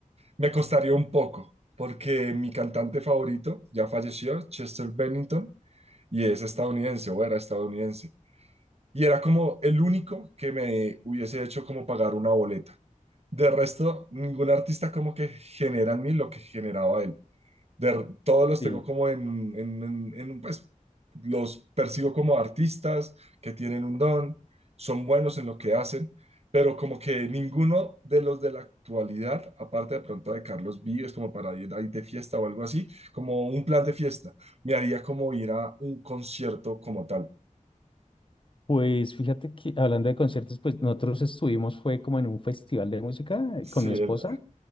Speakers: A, on the right; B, on the left.
A: Me costaría un poco, porque mi cantante favorito ya falleció, Chester Bennington, y es estadounidense o era estadounidense. Y era como el único que me hubiese hecho como pagar una boleta. De resto, ningún artista como que genera en mí lo que generaba él de, todos los
B: Sí.
A: tengo como en, en, en, en, un, pues, los percibo como artistas que tienen un don, son buenos en lo que hacen, pero como que ninguno de los de la actualidad, aparte de pronto de Carlos Vives, como para ir ahí de fiesta o algo así, como un plan de fiesta, me haría como ir a un concierto como tal.
B: Pues fíjate que hablando de conciertos, pues nosotros estuvimos, fue como en un festival de música eh,
A: Sí,
B: con mi
A: el,
B: esposa,